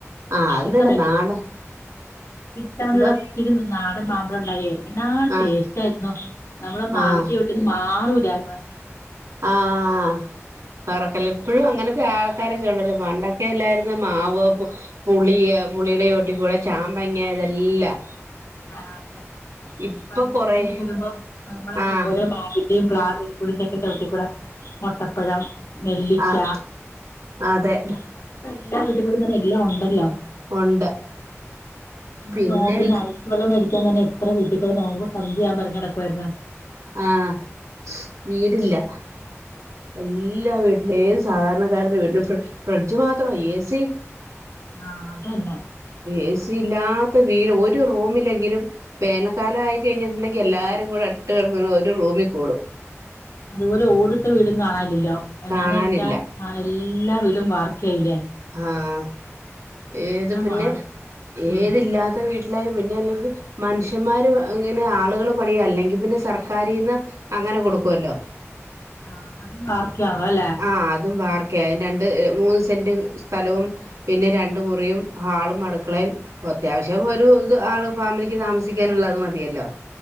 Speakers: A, on the right; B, on the left.
A: ആഹ് അത്
B: ഇപ്പത്
A: തന്നെ നാടൻ
B: ഇത്തവണ
A: എന്തോ
B: <unintelligible> നാടൻ മാമ്പഴൊണ്ടായേ എന്നാ
A: ആഹ്
B: ടേസ്റ്റായിരുന്നു. നമ്മളെ മാവിന്റെ
A: ആഹ്
B: ചോട്ടി പിന്നെ മാറൂലാര്ന്ന്.
A: ആഹ് പറക്കല്ല് ഇപ്പഴും അങ്ങനത്തെ ആൾക്കാരൊക്കെണ്ടല്ലെ
B: ആഹ്
A: പണ്ടൊക്കെ ക്കെല്ലായിര്ന്ന് മാവ്, പുളി, പുളിടെ ചോട്ടി കൂടെ ചാമ്പങ്ങ ഇതെല്ലാം.
B: ആഹ് അതേ
A: ഇപ്പൊ
B: പണ്ട്
A: കൊറേ
B: സ്കൂൾ വിട്ട് വരുമ്പോ നമ്മള് അങ്ങനെ
A: ആഹ്
B: ഓരോ മാവിന്റേം <unintelligible> ചോട്ടി കൂടെ. മൊട്ടപ്പഴം, നെല്ലിക്ക.
A: ആഹ് അതെ
B: ഇപ്പെല്ലാ വീട്ടിക്കൂടി തന്നെ എല്ലാം ഒണ്ടല്ലോ
A: ഉണ്ട്
B: പണ്ട്
A: പിന്നെ
B: നോമ്പിനാ ച്ചിരി വെള്ളം മേടിക്കാൻ തന്നെ എത്ര വീട്ടിക്കൂടെ നോമ്പ് സന്ധ്യയാവുമ്പൊ എറങ്ങി നടക്കുവായിര്ന്ന്.
A: ആഹ് വീടില്ല. എല്ലാ വീട്ടിലും ഏത് സാധാരണക്കാര്ടെ വീട്ടിലും ഫ്രി ഫ്രിഡ്ജ് മാത്രോ എ സി.
B: ആഹ് അതന്നെ
A: എ സി ഇല്ലാത്ത വീട് ഒരു റൂമിലെങ്കിലും. വേനക്കാലായി കയ്ഞ്ഞിട്ടുണ്ടെങ്കി എല്ലാരും കൂടെ അട്ടി കിട ഒരു റൂമിൽ കൂടും.
B: അതുപോലെ ഓടിട്ട വീടും കാണാഇല്ലല്ലോ എന്നാന്ന്
A: കാണാനില്ല
B: വെച്ചാ ആഹ് എല്ലാ വീടും വാർക്കായിലെ.
A: ആഹ് ഏത് പിന്നെ
B: മാറി ഉം
A: ഏതില്ലാത്ത ത്തെ വീട്ടിലായും പിന്നെ അല്ലെങ്കിൽ മനുഷ്യന്മാര് ഇങ്ങനെ ആളുകൾ പണിയോ അല്ലെങ്കി പിന്നെ സർക്കാരിന്ന് അങ്ങനെ കൊടുക്കുവല്ലോ.
B: ആഹ് അതും വാർക്കയാണല്ലൊ? അല്ലെ
A: ആഹ് അതും വാർക്കയ അയ്ന് രണ്ട് മൂന്ന് സെന്റ് സ്ഥലവും പിന്നെ രണ്ട് മുറിയും ഹാളും അട്ക്കളയും. അത്യാവശ്യം
B: ആ
A: ഒരു ഇത് ആള് ഫാമിലിക്ക് താമസിക്കാന്ള്ള അത് മതിയല്ലോ.